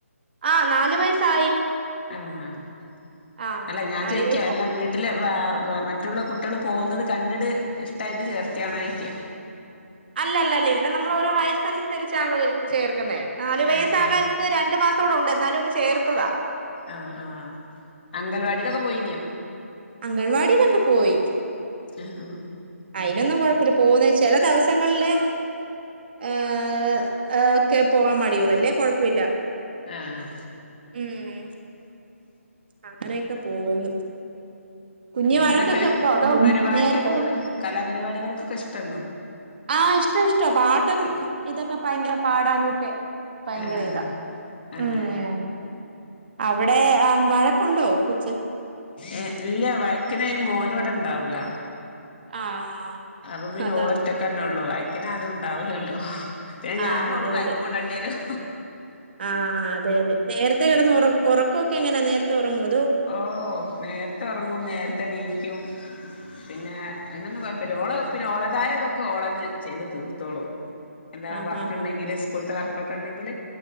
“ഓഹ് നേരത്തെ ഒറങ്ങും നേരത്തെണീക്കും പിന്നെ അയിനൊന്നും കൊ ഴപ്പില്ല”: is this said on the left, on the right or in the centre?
Left